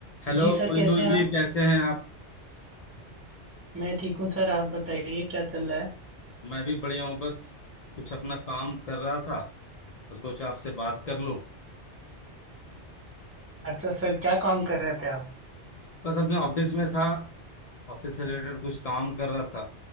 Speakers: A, on the left; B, on the right.
A: Hello
B: जी sir
A: Moinul
B: कैसे हैं
A: ji
B: आप
A: कैसे हैं आप
B: मैं ठीक हूँ सर आप बताइए क्या चल रहा है
A: मैं भी बढ़िया हूँ बस कुछ अपना काम कर रहा था तो सोचा आपसे बात कर लूँ
B: अच्छा सर क्या काम कर रहे थे आप
A: बस अपने ऑफिस में था ऑफिस से रिलेटेड कुछ काम कर रहा था